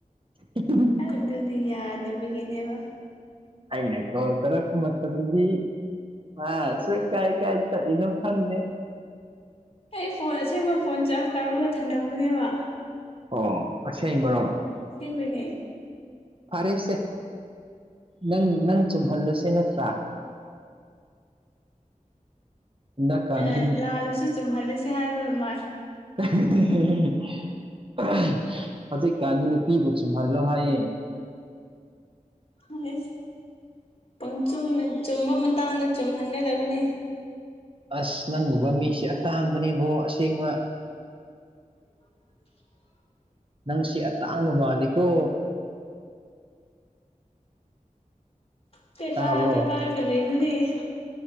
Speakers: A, on the right (about 40°); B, on the left (about 45°).
A: <unintelligible>
B: ꯑꯥꯏ ꯑꯗꯨꯗꯤ ꯌꯥꯗꯕꯒꯤꯅꯦꯕ
A: ꯑꯩꯅ ꯀꯣꯜ ꯇꯔꯛꯄ ꯃꯇꯝꯗꯤ ꯑ ꯁꯣꯏ ꯀꯥꯏ ꯀꯥꯏ ꯆꯠꯂꯤꯅꯣ ꯈꯪꯗꯦ
B: ꯑꯩ ꯐꯣꯟ ꯑꯁꯦꯡꯕ ꯐꯣꯟ ꯆꯥꯔꯖ ꯇꯧꯔꯒ ꯊꯝꯂꯝꯝꯕꯅꯦꯕ
A: ꯑꯣ ꯑꯁꯦꯡꯕꯔꯣ
B: ꯑꯁꯦꯡꯕꯩꯅꯦ
A: ꯐꯔꯦꯁꯦ ꯅꯪ ꯅꯪ ꯆꯨꯝꯍꯜꯂꯁꯦ ꯅꯠꯇ꯭ꯔꯥ ꯍꯟꯗꯛꯀꯥꯟꯗꯤ
B: ꯑꯂ ꯑ ꯥꯜꯂꯁꯨ ꯆꯨꯝꯍꯜꯂꯁꯦ ꯍꯥꯏꯕ ꯃꯥꯜ
A: <unintelligible> <unintelligible> ꯍꯧꯖꯤꯛꯀꯥꯟꯁꯦ ꯅꯨꯄꯤꯕꯨ ꯆꯨꯝꯍꯜꯂꯣ ꯍꯥꯏꯌꯦ
B: ꯑꯩꯁ ꯄꯡꯆꯨꯝ ꯆꯨꯝꯕ ꯃꯇꯥꯡꯗ ꯆꯨꯝꯍꯟꯒꯗꯕꯅꯤ
A: ꯑꯁ ꯅꯪꯒꯨꯝꯕ ꯃꯤꯁꯦ ꯑꯇꯥꯡꯕꯅꯦꯕꯣ ꯑꯁꯦꯡꯕ
B: <unintelligible>
A: ꯅꯪ ꯁꯤ ꯑꯇꯥꯡꯕ ꯕꯥꯅꯤꯀꯣ
B: <unintelligible>
A: ꯇꯥꯕ꯭ꯔꯣ
B: ꯅꯤꯅꯦ